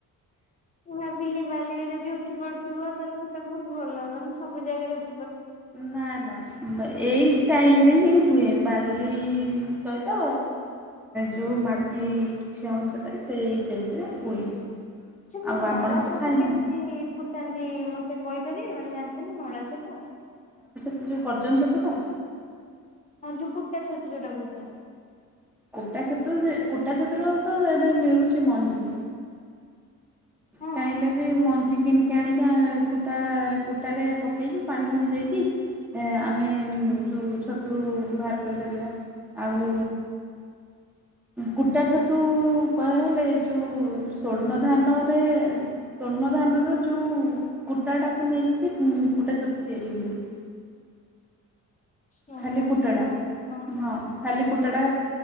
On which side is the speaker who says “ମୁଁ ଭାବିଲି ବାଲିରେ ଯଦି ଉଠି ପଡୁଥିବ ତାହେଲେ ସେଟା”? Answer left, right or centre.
Left